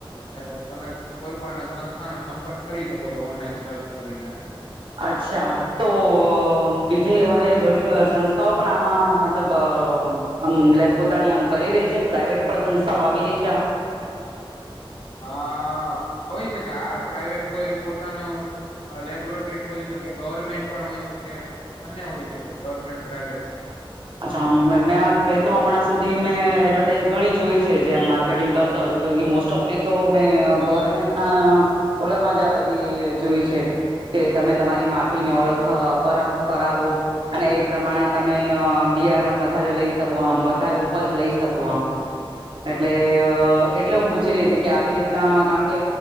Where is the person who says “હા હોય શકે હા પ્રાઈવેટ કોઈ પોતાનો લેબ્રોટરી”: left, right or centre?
Left